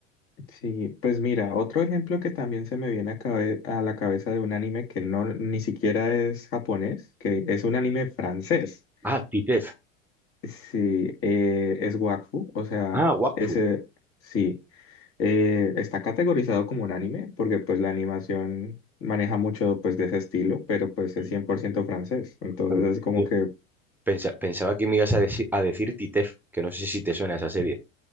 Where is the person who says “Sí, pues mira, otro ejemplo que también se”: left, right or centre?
Left